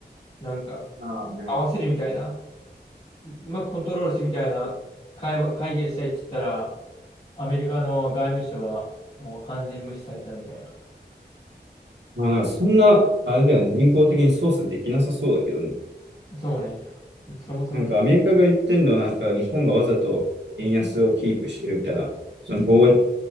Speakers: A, on the left (about 35°); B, on the right (about 80°).
A: なんか、
B: ああね。
A: 合わせるみたいな、うまくコントロールしてみたいな会話、会議をしたいって言ったら、アメリカの外務省はもう完全無視されたみたいな。
B: まあなんかそんな、あれだよね、人工的に操作できなさそうだけどね。
A: そうね。そもそもね
B: なんかアメリカが言ってんのは、なんか日本がわざと円安をキープしてるみたいな、その貿易